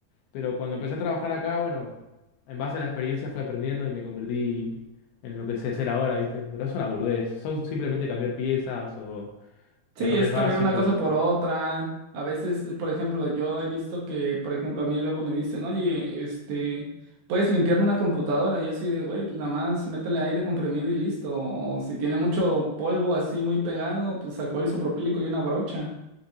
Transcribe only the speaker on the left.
pero cuando empecé a trabajar acá, bueno, en base a la experiencia fui aprendiendo y me convertí en lo que sé hacer ahora, ¿viste? Pero es una boludez, son simplemente cambiar piezas o
errores
básicos.